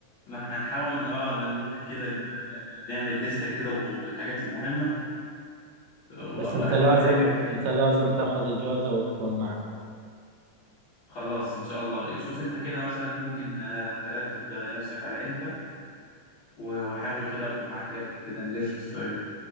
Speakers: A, on the left; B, on the right.
A: ما احنا هنحاول اه نروح كده ن- ن- نعمل لستة كده بالحاجات المهمة آه،
B: بس
A: واهم
B: أنت لازم
A: حاجة كده
B: أنت لازم تاخذ إجازة وتكون معنا
A: خلاص ان شاء الله شوف انت كده مثلا ممكن آه، ترتب آه، نفسك على امتى و- وحاول كده اخد معاك رحلة كده نلف في